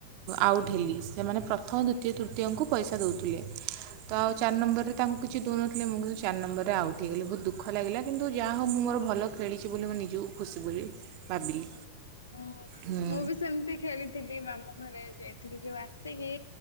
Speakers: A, on the right; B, on the left.
A: ଆଉଟ୍ ହେଲି ସେମାନେ ପ୍ରଥମ, ଦ୍ୱିତୀୟ, ତୃତୀୟଙ୍କୁ ପଇସା ଦଉଥିଲେ। ତ ଆଉ ଚାରି ନମ୍ବର ରେ ତାଙ୍କୁ କିଛି ଦଉନଥିଲେ ମୁଁ କିନ୍ତୁ ଚାରି ନମ୍ବରରେ ଆଉଟ୍ ହେଇଗଲି ବହୁତ ଦୁଃଖ ଲାଗିଲା କିନ୍ତୁ ଯା ହଉ ମୁଁ ମୋର ଭଲ ଖେଳିଚି ବୋଲି ମୁଁ ନିଜକୁ ଖୁସି ବୋଲି ଭାବିଲି।
B: ହୁଁ-
A: ହୁଁ
B: ମୁଁ ବି ସେମିତି ଖେଳିଥିଲି ମାମୁଁ ଘରେ ଯାଇଥିଲି ଯଉ ଆସିକି